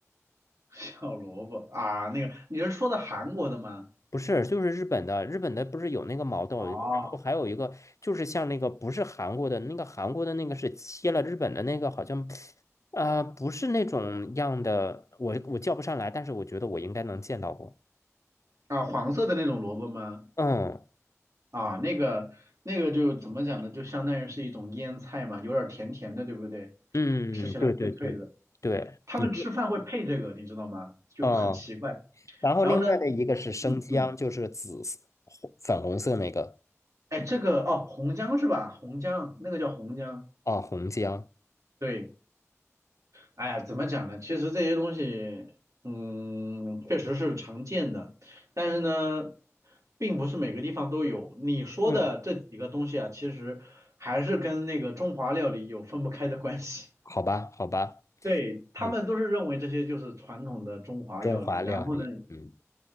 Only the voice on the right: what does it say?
<laughs> 小萝卜啊，那个你是说的韩国的吗？
哦，
啊，黄色的那种萝卜吗？
啊，那个那个就怎么讲呢？就相当于是一种腌菜嘛，有点儿甜甜的，对不对？
吃起来脆脆的。
他们吃饭会配这个，
你知道吗？就很奇怪。
然后呢，嗯嗯，
哎，这个哦，红姜是吧？红姜，那个叫红姜。
对，哎呀，怎么讲呢？其实这些东西，嗯，确实是常见的，但是呢，并不是每个地方都有。你说的这几个东西啊，
其实还是跟那个中华料理有分不开的关系。
对，他们都是认为这些就是传统的中华料理，
然后呢，